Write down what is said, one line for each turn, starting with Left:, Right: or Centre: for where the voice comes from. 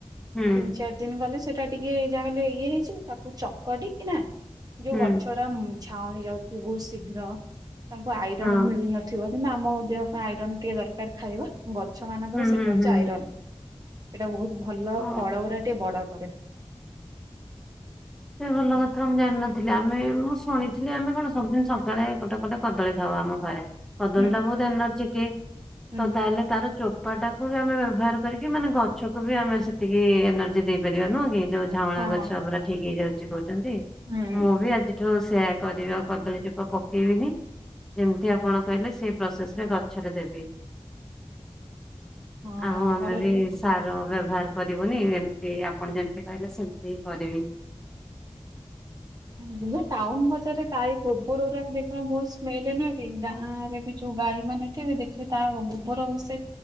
Centre: ହୁଁ।
Right: ତିନି ଚାରି ଦିନ ଗଲେ ସେଟା ଟିକେ ଯାହାହେଲେ ଇଏ ହେଇଯିବ ତାକୁ ଚକଟି କିନା ଯୋଉ
Centre: ହୁଁ
Right: ଗଛରା ଝାଉଁଳି ଯାଉଥିବେ ବହୁତ ଶୀଘ୍ର ତାଙ୍କୁ ଆଇରନ୍
Centre: ହଁ
Right: ମିଳିନ ଥିବ କିନ୍ତୁ ଆମ ଦେହ ପାଇଁ ଆଇରନ୍ ଟିକେ ଦରକାର ଖାଇବା ଗଛ ମାନଙ୍କର
Centre: ହୁଁ
Right: ସେ
Centre: ହୁଁ
Right: ଟା ହଉଛି
Centre: ହୁଁ
Right: ଆଇରନ୍ ଏଇଟା ବହୁତ ଭଲ
Centre: ଓ
Right: ଫଳ ଗୁଡ଼ା ଟିକେ ବଡ଼ କରେ।
Centre: ସେ ଭଲ କଥା ମୁଁ ଜାଣିନଥିଲି ଆମେ ମୁଁ ଶୁଣିଥିଲି ଆମେ କଣ ସବୁଦିନ ସକାଳେ ଗୋଟେ ଗୋଟେ କଦଳୀ ଖାଉ ଆମ ଘରେ କଦଳୀ
Right: ହୁଁ
Centre: ଟା ବହୁତ ଏନର୍ଜି କି
Right: ହୁଁ
Centre: ତ ତାହେଲେ ତାର ଚୋ ପାଟାକୁ ବି ଆମେ ବ୍ୟବହାର କରିକି ମାନେ ଗଛକୁ ବି ଆମେ ସେତିକି ଏନର୍ଜି ଦେଇପାରିବା ନୁହଁ କି ଯୋଉ ଝାଉଁଳା
Right: ହଁ
Centre: ଗଛ ପୁରା ଠିକ ହେଇଯାଉଛି କହୁଛନ୍ତି
Right: ହୁଁ
Centre: ମୁଁ ବି ଆଜି ଠୁ ସେଇଆ କରିବି ଆଉ କଦଳୀ ଚୋପା ପକେଇବିନି ଯେମିତି ଆପଣ କହିଲେ ସେଇ ପ୍ରୋସେସ ରେ ଗଛରେ ଦେବି
Right: <unintelligible>
Centre: ଆଉ
Right: ଆମର
Centre: ଆମେ ବି
Right: ତ
Centre: ସାର ବ୍ୟବହାର କରିବୁନି ଏମିତି ଆପଣ ଯେମିତି କହିଲେ ସେମିତି ହିଁ କରିବି
Right: ମୁଁ ଟାଉନ ବଜାରରେ ଗାଈ ଗୋବର ଗୁଡା ବି ଦେଖ ବହୁତ ସ୍ମେଲ ନୁହେଁ କି ଗାଁ ରେ ବି ଯୋଉ ଗାଈ ମାନେ କେବେ ଦେଖିବେ ତା ଗୋବର ହସ